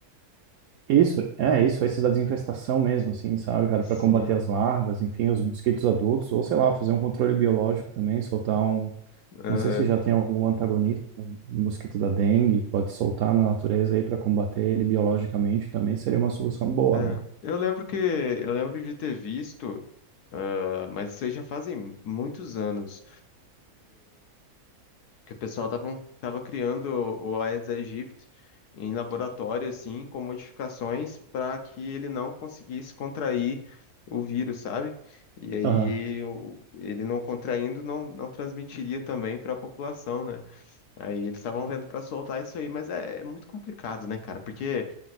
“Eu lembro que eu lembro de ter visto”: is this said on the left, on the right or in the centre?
Left